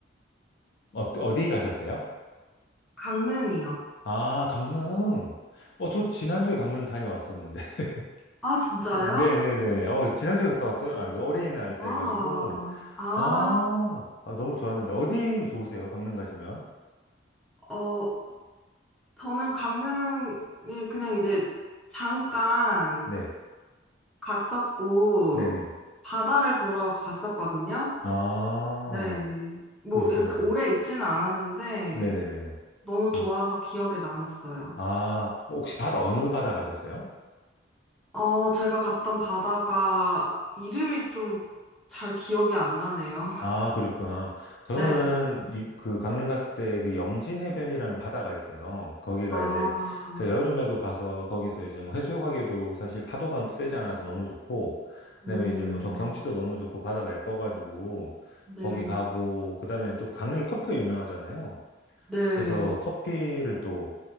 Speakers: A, on the left; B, in the centre.
A: 어, 어디 가셨어요?
B: 강릉이요.
A: 아, 강릉. 어, 저 지난주에 강릉 다녀왔었는데. <laughs>
B: 아, 진짜요?
A: 그- 네네네. 어, 지난주에 갔다 왔어요? 아, 그 어린이날
B: 아,
A: 때 가지고
B: 아,
A: 아, 아, 너무 좋았는데. 어디 좋으세요? 강릉 가시면?
B: 어, 저는 강릉에 그냥 이제 잠깐
A: 네.
B: 갔었고,
A: 네네.
B: 바다를 보러 갔었거든요.
A: 아.
B: 네. 뭐,
A: 그러셨구나.
B: 이렇게 오래 있지는 않았는데,
A: 네네네네.
B: 너무 좋아서
A: 음.
B: 기억에 남았어요.
A: 아, 혹시 바다, 어느 바다 가셨어요?
B: 어, 제가 갔던 바다가 이름이 좀 잘 기억이 안 나네요. <laughs>
A: 아, 그러셨구나. 저는
B: 네.
A: 이- 그 강릉 갔을 때 그 영진 해변이라는 바다가 있어요. 거기가
B: 아,
A: 이제 제가 여름에도 가서 거기서 이제 뭐 해수욕하기에도 사실 파도가 세지 않아서 너무 좋고, 그다음에
B: 음,
A: 이제 뭐 저 경치도 너무 좋고 바다가 예뻐가지고
B: 네.
A: 거기 가고, 그다음에 또 강릉이 커피가 유명하잖아요.
B: 네.
A: 그래서 커피를 또